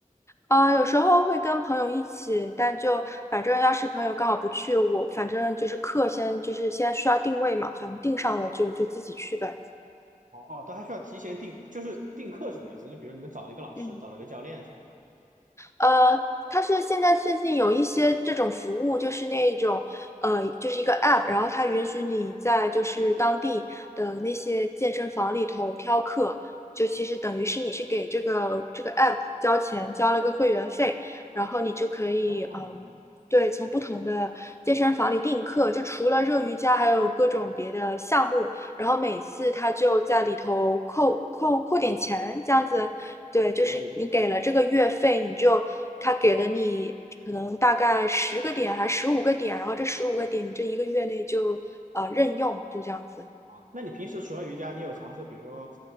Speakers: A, on the left (about 20°); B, on the right (about 65°).
A: 啊，有时候会跟朋友一起，但就反正要是朋友刚好不去，我反正就是课先就是先需要定位嘛，反正定上了就就自己去呗。
B: 哦哦，都还需要提前定，就是定课什么意思？就比如你们找了一个老师，
A: 嗯。
B: 找了一个教练是吧？
A: 呃，它是现在最近有一些这种服务，就是那种呃，就是一个 app，然后它允许你在就是当地的那些健身房里头挑课，就其实等于是你是给这个这个 app 交钱，交了个会员费，然后你就可以嗯。
B: 哦
A: 呃对，从不同的健身房里订课，就除了热瑜伽，还有各种别的项目。然后每次他就在里头扣扣扣点钱，这样子对，
B: 哦
A: 就是你给了这个月费，你就他给了你可能大概十个点还是十五个点，然后这十五个点你这一个月内就呃任用，就这样子。
B: 啊，那你平时除了瑜伽，你有尝试，比如说